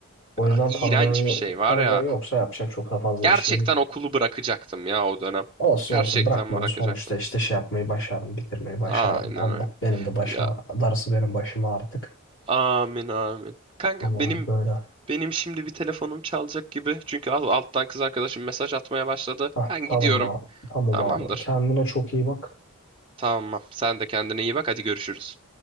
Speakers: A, on the left (about 60°); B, on the right (about 25°).
A: O
B: ya,
A: yüzden
B: iğrenç
A: tanıdığın,
B: bir şey var
A: tanıdığın
B: ya.
A: yoksa yapacak çok da fazla
B: Gerçekten
A: bir şey yok.
B: okulu bırakacaktım ya o dönem.
A: Olsun
B: Gerçekten
A: olsun bırakmanın
B: bırakacaktım.
A: sonuçta işte şey yapmayı başardım, bitirmeyi başardım.
B: Aynen
A: Allah
B: öyle.
A: benim de başıma,
B: Ya.
A: darısı benim başıma artık.
B: Amin amin. Kanka
A: Ama
B: benim
A: böyle
B: benim şimdi bir telefonum çalacak gibi. Çünkü al- alttan kız arkadaşım mesaj atmaya başladı.
A: Heh,
B: Ben
A: tamam
B: gidiyorum.
A: abi. Tamam
B: Tamamdır.
A: abi. Kendine çok iyi bak.
B: Tamam. Sen de kendine iyi bak. Hadi görüşürüz.